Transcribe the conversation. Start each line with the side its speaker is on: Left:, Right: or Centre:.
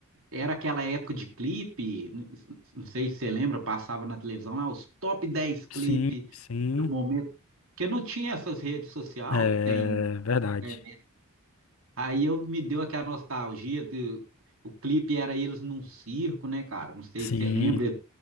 Right: era aquela época de clipe, n- não sei se você lembra, passava na televisão lá os top 10 clipes
Left: sim, sim,
Right: do momento, porque não tinha essas redes sociais
Left: é
Right: que tem.
Left: verdade.
Right: né? Aí eu me deu aquela nostalgia de o clipe era eles num circo, né, cara? Não sei
Left: Sim.
Right: se você lembra, eles